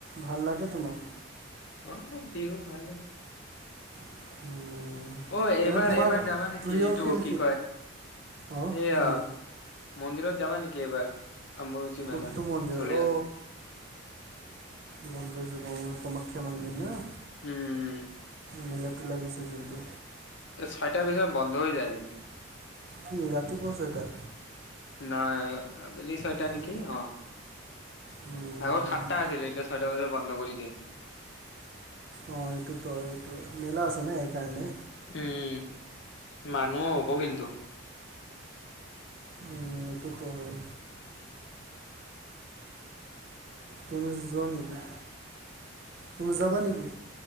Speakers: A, on the right; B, on the left.
A: ভাল লাগে তোমাৰ।
B: অ' বিহু ভাল লাগে।
A: <inaudible>
B: অ এইবাৰ
A: এনে তোমাৰ
B: এইবাৰ যাবা নেকি
A: প্ৰিয়
B: এইটো
A: খেল
B: অ কি কয়
A: অঁ
B: এইয়া
A: কি
B: মন্দিৰত যাব নেকি এবাৰ? অম্বুবাচী
A: কোনটো
B: মেলা
A: মন্দিৰ?
B: চলি
A: অ!
B: আছে।
A: গম পাইছোঁ গম- কামাখ্যা মন্দিৰ না?
B: উম
A: মেলাটো লাগিছে যোনটো
B: এই ছয় তাৰ পিছত বন্ধ হৈ যায় কিন্তু
A: কি ৰাতিপুৱা ছয়টা?
B: নাই আবেলি ছয়টা
A: উম,
B: নেকি অ।
A: উম,
B: আগত
A: উম।
B: সাতটা আছিলে এতিয়া ছয়টা বজাত বন্ধ কৰি- গে
A: অ এইটোতো এইটো মেলা আছে নে এইকাৰণে
B: উম মানুহো হব কিন্তু
A: উম এইটো তহ হয় তুমি যোৱা নেকি? তুমি যাবা নেকি?